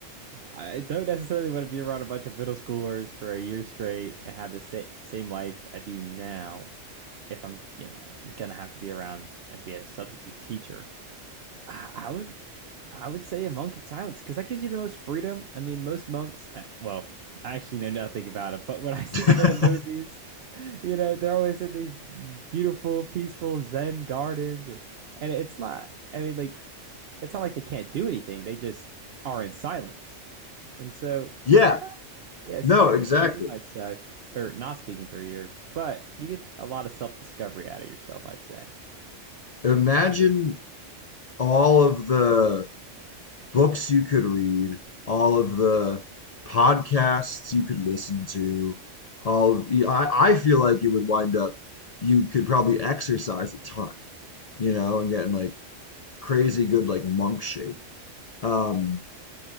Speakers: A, on the right (about 60°); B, on the left (about 85°).
A: I don't necessarily want to be around a bunch of middle schoolers for a year straight and have the same same life I do now. If I'm, you know, if I'm gonna have to be around and be a substitute teacher, I I would I would say a monk in silence because that gives you the most freedom. I mean, most monks, uh, well, I actually know nothing about it, but when I see
B: <laughs>
A: them in the movies, you know, they're always in these beautiful, peaceful Zen gardens, and and it's not. I mean, like it's not like they can't do anything; they just are in silence. And so,
B: Yeah,
A: yeah, yeah,
B: no,
A: speaking
B: exactly.
A: for a year might suck, or not speaking for a year, but you get a lot of self-discovery out of yourself, I'd say.
B: Imagine all of the books you could read, all
A: hmm
B: of the podcasts you could listen to, all of, I, I feel like it would wind up, you could probably exercise a ton, you know, and getting like crazy good like monk shape. Um,